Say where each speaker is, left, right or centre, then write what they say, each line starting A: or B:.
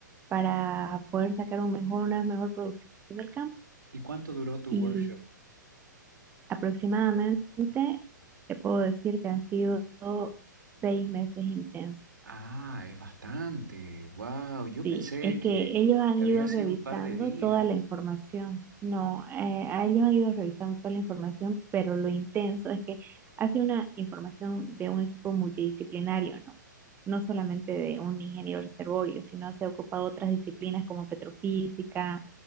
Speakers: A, on the right; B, on the right.
A: para poder sacar un mejor, una mejor producción del campo
B: ¿y cuánto duró tu
A: y
B: workshop?
A: aproximadamente te puedo decir que han sido seis meses intensos.
B: Ah, es bastante. Wow, yo
A: Sí,
B: pensé
A: es
B: que,
A: que ellos han
B: que
A: ido
B: había sido
A: revisando
B: un par de días.
A: toda la información. No, eh, a ellos han ido revisando toda la información, pero lo intenso es que hace una información de un equipo multidisciplinario, ¿no? No solamente de un ingeniero reservorio, sino se ha ocupado otras disciplinas como petrofísica,